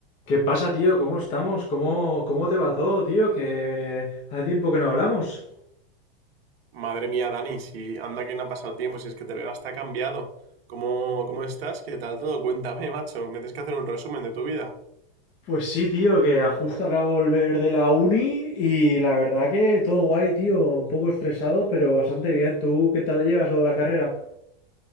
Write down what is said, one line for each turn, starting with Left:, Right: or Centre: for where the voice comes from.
Left: ¿Qué pasa, tío? ¿Cómo estamos? ¿Cómo, cómo te va todo, tío? Que hace tiempo que no hablamos.
Right: Madre mía, Dani, si anda que no ha pasado tiempo, si es que te veo hasta cambiado. ¿Cómo, cómo estás? ¿Qué tal todo? Cuéntame, macho. Me tienes que hacer un resumen de tu vida.
Left: Pues sí, tío, que justo acabo de volver de la uni y la verdad que todo guay, tío. Un poco estresado, pero bastante bien. ¿Tú qué tal lo llevas lo de la carrera?